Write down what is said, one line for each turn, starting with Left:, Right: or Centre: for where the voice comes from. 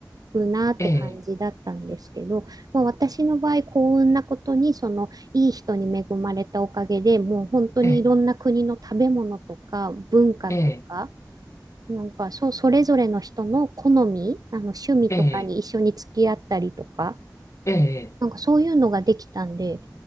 Right: うなって感じだったんですけど、
Left: ええ、
Right: まあ、私の場合幸運なことにそのいい人に恵まれたおかげで、もう本当にいろんな国の食べ物とか文化とか、
Left: ええ、ええ、
Right: なんかそ、それぞれの人の好み、あの趣味とかに一緒に付き合ったりとか、
Left: ええ、ええ。
Right: なんかそういうのができたんで、